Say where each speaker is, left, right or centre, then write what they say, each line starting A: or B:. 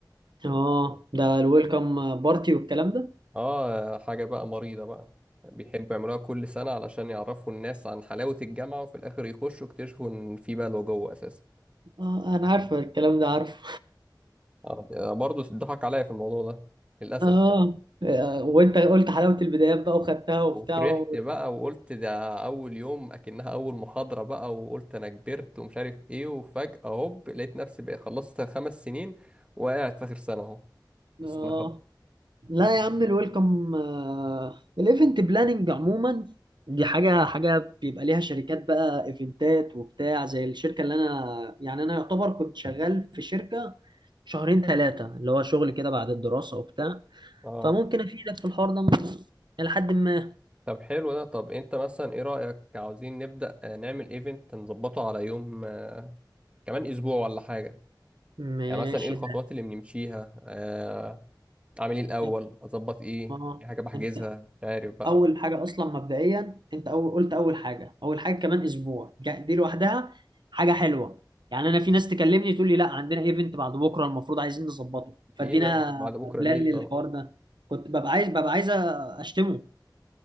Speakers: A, on the right (about 75°); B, on the right (about 15°).
A: اه ده الويلكم بارتي والكلام ده
B: اه حاجه بقى مريضه بقى بيحبوا يعملوها كل سنه علشان يعرفوا الناس عن حلاوه الجامعه وفي الاخر يخشوا يكتشفوا ان في بلوى جوه اساسا
A: اه انا عارفه الكلام ده عارفه
B: آه، برضه اتضحك عليا في الموضوع ده للاسف
A: اه وانت قلت حلاوه البدايات بقى وخدتها وبتاع
B: وفرحت
A: و...
B: بقى وقلت ده اول يوم اكنها اول محاضرة بقى وقلت انا كبرت ومش عارف ايه وفجأة هوب لقيت نفسي بقى خلصت خمس سنين وقاعد في اخر سنة اهو مش
A: اه
B: سنة خالص
A: لا يا عم الويلكم آه، الايفنت بلاننج عموما دي حاجه حاجه بيبقى ليها شركات بقى ايفنتات وبتاع زي الشركه اللي انا يعني انا يعتبر كنت شغال في شركه شهرين ثلاثه اللي هو شغل كده بعد الدراسه وبتاع
B: اه
A: فممكن افيدك في الحوار ده م- الى حد ما
B: طب حلو ده طب انت مثلا ايه رأيك عاوزين نبدأ آه، نعمل ايفنت نظبطه على يوم آه، كمان اسبوع ولا حاجة
A: ماشي
B: يعني مثلا ايه الخطوات
A: ده
B: اللي بنمشيها آه اعمل ايه الاول
A: انت
B: اظبط ايه
A: اه
B: في حاجة بحجزها
A: انت
B: مش عارف بقى
A: اول حاجه اصلا مبدئيا انت أول قلت اول حاجه اول حاجه كمان اسبوع جا- دي لوحدها حاجه حلوه يعني انا في ناس تكلمني تقول لي لا عندنا ايفنت بعد بكره المفروض عايزين نظبطه فادينا
B: ايه ده بعد بكرة
A: بلان
B: ليه
A: للحوار
B: طب
A: ده كنت ببقى عايز ببقى عايز اشتمه